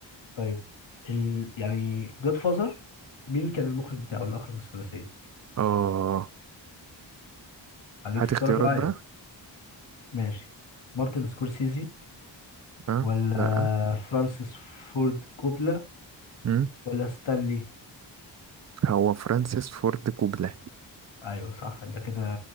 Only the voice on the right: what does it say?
اه
هات
اختيارات
بقى
اه
لا
مم.
هو فرانسيس فورد كوبلا